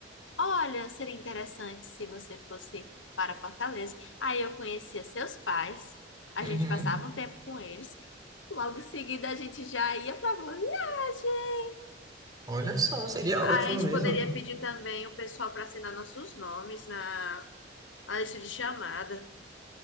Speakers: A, on the left; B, on the right.
A: Olha, seria interessante se você fosse para Fortaleza. Aí eu conhecia seus pais, a
B: Uhum.
A: gente passava um tempo com eles, logo em seguida a gente já ia para boa viagem.
B: Olha só, seria
A: A
B: ótimo
A: gente
B: mesmo.
A: poderia pedir também o pessoal para assinar nossos nomes na a lista de chamada.